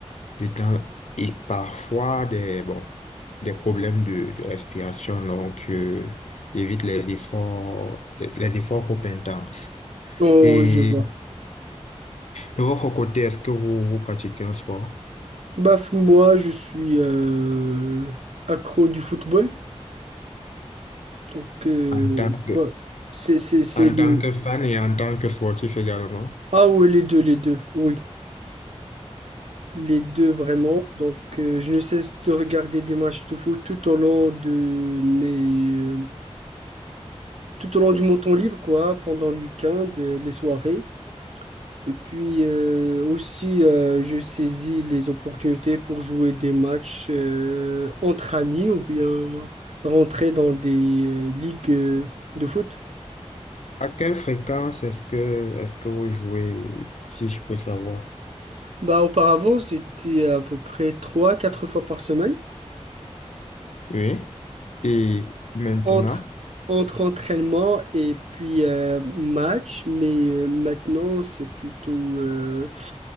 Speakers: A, on the left; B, on the right.
A: du temps, et parfois des, bon, des problèmes de, de respiration, donc, euh, j'évite les efforts, les efforts trop intenses.
B: Oh,
A: Et
B: oui, je vois.
A: de votre côté, est-ce que vous, vous pratiquez un sport
B: Bah, f- moi, je suis euh, accro du football. Donc, euh,
A: en tant que,
B: quoi? C'est, c'est, c'est
A: en
B: le...
A: tant que fan et en tant que sportif également?
B: Ah oui, les deux, les deux, oui. Les deux, vraiment. Donc, euh, je ne cesse de regarder des matchs de foot tout au long de mes... euh, tout au long du mon temps libre, quoi, pendant le week-end, euh, les soirées. Et puis, euh, aussi, euh, je saisis les opportunités pour jouer des matchs euh, entre amis ou bien rentrer dans des euh, ligues euh, de foot.
A: À quelle fréquence est-ce que est-ce que vous jouez, si je peux savoir?
B: Bah, auparavant, c'était à peu près trois quatre fois par semaine.
A: Oui. Et maintenant,
B: entre, entre entraînement et puis euh, match, mais euh, maintenant c'est plutôt euh,